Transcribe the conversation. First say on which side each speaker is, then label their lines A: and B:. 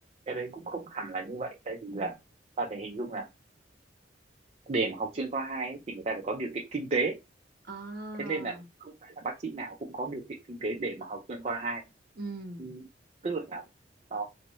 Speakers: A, on the right; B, on the right.
A: cái đấy cũng không hẳn là như vậy tại vì
B: Ừ.
A: là ta phải hình dung là để mà học chuyên khoa 2 ấy, thì người ta phải có điều kiện kinh tế
B: à
A: thế nên là không phải là bác sĩ nào cũng có điều kiện kinh tế để mà học chuyên khoa hai
B: ừ
A: Ừ, tức là nó